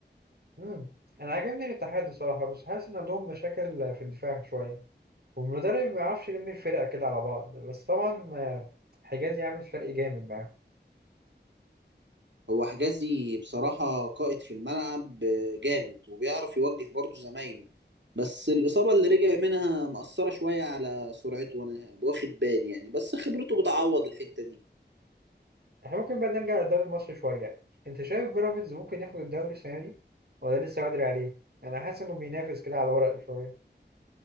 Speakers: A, on the right; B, on the right.
A: امم انا عاجبني الاتحاد الصراحة بس حاسس ان عندهم مشاكل في الدفاع شوية والمدرب ما يعرفش يلم الفرقة كده على بعض بس طبعا آه، حجازي عامل فرق جامد معاهم
B: هو حجازي بصراحة قائد في الملعب آه، جامد وبيعرف يوجه برضه زمايله بس الإصابة اللي رجع منها مأثرة شوية على سرعته وأنا واخد بالي يعني بس خبرته بتعوض الحتة دي
A: احنا ممكن بقى نرجع للدوري المصري شوية انت شايف بيراميدز ممكن ياخد الدوري السنة دي ولا لسه بدري عليه انا حاسس انه بينافس كده على الورق شوية